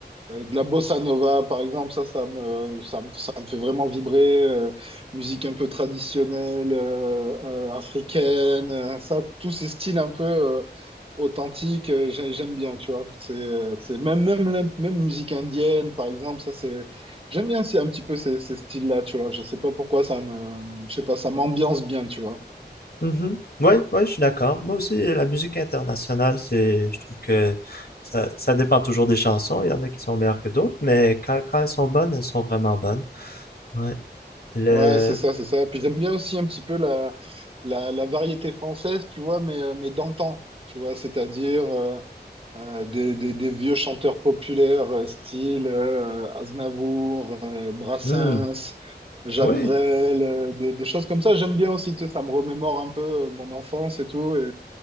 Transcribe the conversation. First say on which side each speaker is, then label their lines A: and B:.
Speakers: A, on the right; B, on the left.
A: euh, de la bossa nova, par exemple, ça, ça me, ça, me ça me fait vraiment vibrer. euh, musique un peu traditionnelle, euh, euh, africaine, euh, ça, tous ces styles un peu euh, authentiques, euh, j'ai- j'aime bien, tu vois. C'est, euh, c'est même, même, la- même musique indienne, par exemple, ça, c'est, j'aime bien c'est un petit peu ces, ces styles-là, tu vois. Je sais pas pourquoi ça me, je sais pas, ça m'ambiance bien, tu vois.
B: Mhm. Ouais, ouais, je suis d'accord. Moi aussi, la musique internationale, c'est, je trouve que ça, ça dépend toujours des chansons. Il y en a qui sont meilleures que d'autres, mais quand, quand elles sont bonnes, elles sont vraiment bonnes. Ouais. Le,
A: Ouais, c'est ça, c'est ça. Puis j'aime bien aussi un petit peu la, la, la variété française, tu vois, mais, euh, mais d'antan, tu vois, c'est-à-dire. euh, euh, des, des- des vieux chanteurs populaires euh, style euh, Aznavour, euh, Brassens,
B: Hmm.
A: Jacques
B: oui,
A: Brel, euh, des, des choses comme ça. J'aime bien aussi, tu sais, ça me remémore un peu euh, mon enfance et tout. Et,